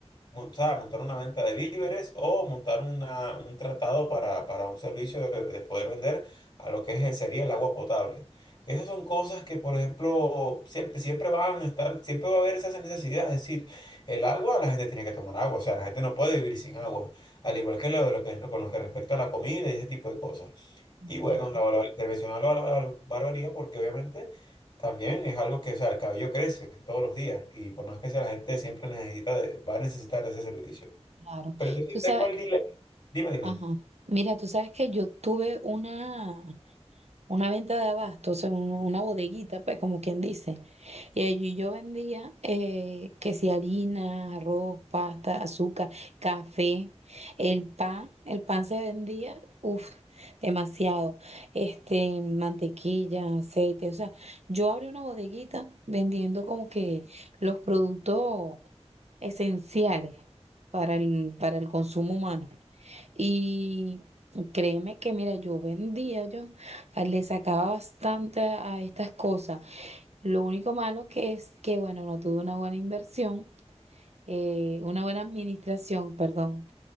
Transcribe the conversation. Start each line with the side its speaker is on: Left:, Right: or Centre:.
Left: mon- o sea, montar una venta de víveres o montar una, un tratado para, para un servicio de, de poder vender a lo que es- sería el agua potable. Esas son cosas que, por ejemplo, siempre, siempre van a estar, siempre va a haber esa necesidad. Es decir, el agua, la gente tiene que tomar agua, o sea, la gente no puede vivir sin agua al igual que lo de lo que es lo- con lo que respecta a la comida y ese tipo de cosas.
Right: Bueno,
Left: Y bueno, la, valor- te mencionaba la, valor- barbería porque obviamente también es algo que, o sea, el cabello crece todos los días y por más que sea, la gente siempre necesita de- va a necesitar de ese servicio.
Right: claro.
Left: Pero entonces
Right: tú sabes
Left: tengo el dilema, dime, dime.
Right: Ajá. Mira, tú sabes que yo tuve una, una venta de abasto, o sea, un- una bodeguita, pues, como quien dice. Y allí yo vendía eh, que si harina, arroz, pasta, azúcar, café, el pan, el pan se vendía, uff, demasiado. Este, mantequilla, aceite, o sea, yo abrí una bodeguita vendiendo como que los productos esenciales para el, para el consumo humano. Y créeme que, mira, yo vendía, yo ah, le sacaba bastante a estas cosas. Lo único malo que es que, bueno, no tuve una buena inversión, eh, una buena administración, perdón.